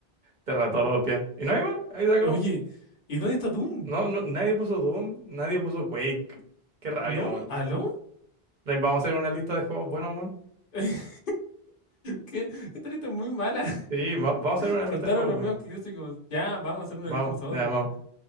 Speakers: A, on the right; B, on the left.
A: Terratopia. ¿Y no hay más? Ahí se acabó.
B: Oye, ¿y dónde está Doom?
A: No, no, nadie puso Doom, nadie puso Quake. Qué rabia,
B: ¿No?
A: weón.
B: ¿Aló?
A: Re- Vamos a hacer una lista de juegos buenos,
B: <laughs> ¿Qué? Esta lista es muy mala.
A: Sí, va- vamos a hacer
B: <laughs>
A: una lista
B: Faltaron
A: de juegos,
B: los
A: bueno.
B: medios clásicos. Ya, vamos a hacer una
A: Vamos,
B: lista nosotros.
A: ya, vamos.